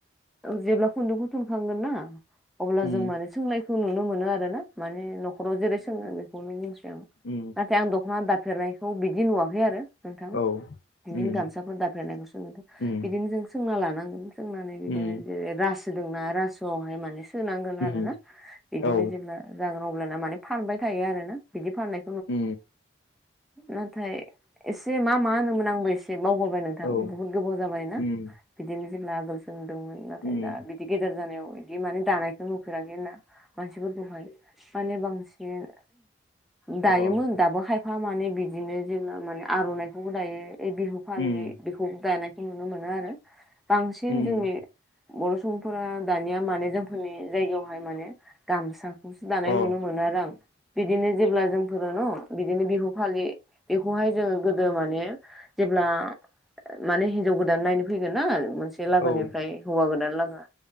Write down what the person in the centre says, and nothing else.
जेब्ला खुन्दुंखौ थुनखांगोन ना अब्ला
जों माने सोंनायखौ नुनो मोनो आरो ना माने नखराव जेरै सोङो बेखौनो बुंसै आं
न आं दखना दाफेरनायखौ बिदि नुवाखै आरो नोंथां
बिदिनो
गामसाफोर दाफेरनायखौ सोङो
बिदिनो जों सोंना लानांगोन सोंनानै बिदिनो
जेरै सोदोंना रासोआवहाय माने सोनांगोन
आरोना बिदिनो
जेब्ला जागोन अब्लाना माने फानबाय थायो आरो ना बिदि फाननाय
नाथाय एसे मा मा होनोमोन आंबो ए से बावबोबाय नोंथां
बुहुत गोबाव जाबाय ना
बिदिनो जेब्ला आगोल सो नुदोंमोन नाथाय
दा बिदि गेदेर जानायाव बिदि माने दानायखौ नुफेराखै होना मानसिफोरखौहाय माने बांसिन दायोमोन
दाबो खायफा माने बिदिनो जेब्ला माने आर'नाइखौबो दायो बे बिहु फालि
बेखौ दायनायखौ नुनो मोनो आरो बांसिन
जोंनि बर' सुबुंफोरा दानिया माने जोंफोरनि जायगायावहाय माने गामसा खौसो दानाय
नुनो मोनो आरो आं बिदिनो जेब्ला जोंफोरो न' बिदिनो बिहु फालि बेखौहाय जोङो गोदो माने जेब्ला माने हिनजाव गोदान नायनो फैगोन ना मान सि लोगोनिफ्राय
हौवा गोदान लोगो